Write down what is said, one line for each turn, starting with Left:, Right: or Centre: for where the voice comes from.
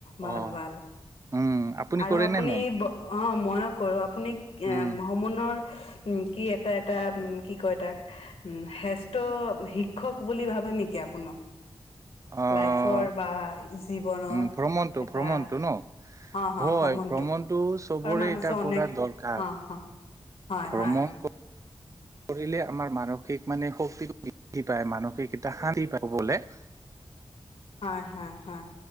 Left: ভাল
Right: অ
Left: - ভাল।
Right: উম
Left: আৰু
Right: কৰে
Left: আপুনি
Right: নে নাই
Left: অ, ময় কৰো আপুনি এ
Right: উম
Left: ভ্ৰমণৰ উম, কি এটা - এটা উম, কি কয় তাক উম, শ্ৰেষ্ঠ শিক্ষক বুলি ভাবে নেকি আপোনো
Right: অ
Left: লাইফৰ বা জীৱনৰ
Right: উম ভ্ৰমণটো
Left: এটা।
Right: ভ্ৰমণটো ন
Left: হ
Right: হয়
Left: ভ্ৰমণটো
Right: চবৰে
Left: কাৰ মানুচ
Right: এতিয়া
Left: অনেক
Right: কৰা দৰকাৰ
Left: হা - হা। হয়
Right: ভ্ৰমণ
Left: হয়
Right: কৰ কৰিলে আমাৰ মানসিক মানে শক্তি বৃদ্ধি পায় মানসিক এটা শান্তি প বলে। <inaudible>
Left: হয় - হয় - হয়।